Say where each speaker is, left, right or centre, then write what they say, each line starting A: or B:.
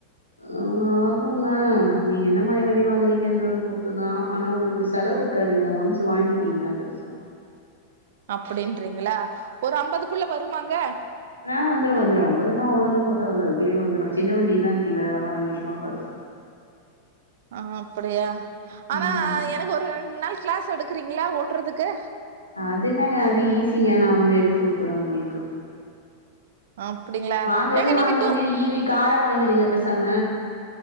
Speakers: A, on the left (about 85°); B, on the right (about 55°).
A: ஆ ஆகுங்க நீங்க என்ன மாறி வண்டி வாங்குறீங்கன்றத பொறுத்துதா ஆனா உங்களுக்கு செலவு இருக்காதுங்க ஒன்ஸ் வாங்கிட்டீங்கன்னா பெருசா
B: அப்டின்றீங்களா ஒரு அம்பதுக்குள்ள வருமாங்க
A: நா வந்துரு வந்துரு அம்பது எல்லா அவ்ளவுல்லா போ தேவல அதுக்குள்ளேயே வந்துரு சின்ன வண்டி எல்லா இருல்லல வாங்கிட்டுலா பாத்து
B: ஆ அப்டியா ஆனா
A: ம்
B: எனக்கு ஒரு ரெண்டு நாள் கிளாஸ் கிளாஸ் எடுக்குறீங்களா ஓட்டுறதுக்கு
A: அது என்ன அது ஈஸிங்க நா வந்து எடுத்து குடுக்குறே உங்களுக்கு
B: அப்டிங்களா
A: வாங்குறது
B: ஏங்க
A: வாங்குறீங்க
B: நீங்க டூ
A: ஈவி கார வாங்கிருங்க பேசாம